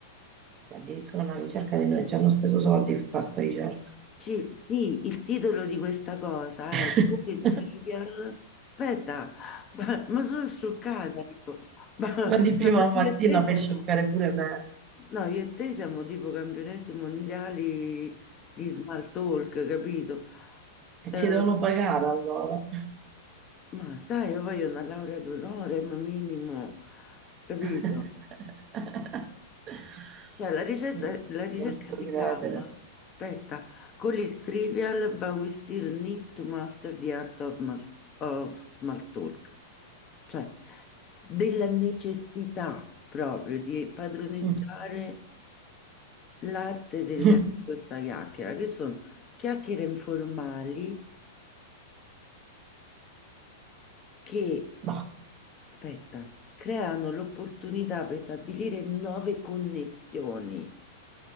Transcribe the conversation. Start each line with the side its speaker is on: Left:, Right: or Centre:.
Right: Addirittura una ricerca di noi, ci hanno speso soldi per fare sta ricerca.
Left: Ci- sì, il titolo di questa cosa
Right: <laughs>
Left: è Come il Trivial. Aspetta, ma, ma sono scioccata io. Ma,
Right: Ma di prima
Left: cioè, no,
Right: mattina
Left: io e te siamo,
Right: fai scioccare pure me.
Left: no, io e te siamo tipo campionesse mondiali di small talk, capito?
Right: E
Left: Eh,
Right: ci devono pagare allora.
Left: Ma sai, io voglio una laurea d'onore, ma minimo, capito?
Right: <laughs>
Left: Cioè, la ricerca,
Right: Non ci
Left: la ricerca
Right: posso
Left: si
Right: credere.
Left: chiama, aspetta, con il trivial, but we still need to master the art of, mas- of small talk. Cioè, della necessità proprio di padroneggiare
Right: Mm.
Left: l'arte del-
Right: <laughs>
Left: di questa chiacchiera, che sono chiacchiere informali che,
Right: Ma,
Left: aspetta, creano l'opportunità per stabilire nuove connessioni